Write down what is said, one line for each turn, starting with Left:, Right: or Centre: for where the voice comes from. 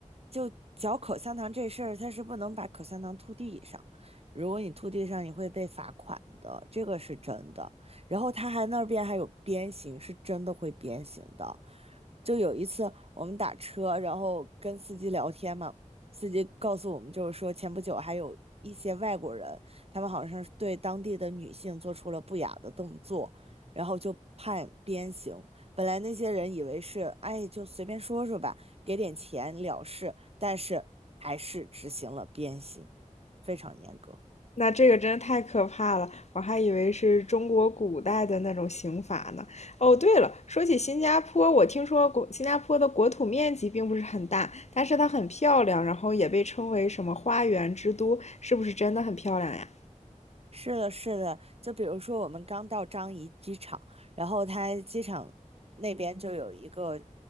Right: 就嚼口香糖这事儿，它是不能把口香糖吐地上。如果你吐地上，你会被罚款的，这个是真的。然后他还那边还有鞭刑，是真的会鞭刑的。就有一次我们打车，然后跟司机聊天嘛，司机告诉我们就是说，前不久还有一些外国人，他们好像是对当地的女性做出了不雅的动作，然后就判鞭刑。本来那些人以为是，哎，就随便说说吧，给点钱了事，但是还是执行了鞭刑，非常严格。
Left: 那这个真的太可怕了，我还以为是中国古代的那种刑法呢。哦，对了，说起新加坡，我听说国新加坡的国土面积并不是很大，但是它很漂亮，然后也被称为什么花园之都，是不是真的很漂亮呀？
Right: 是的，是的，就比如说我们刚到张掖机场，然后它机场那边就有一个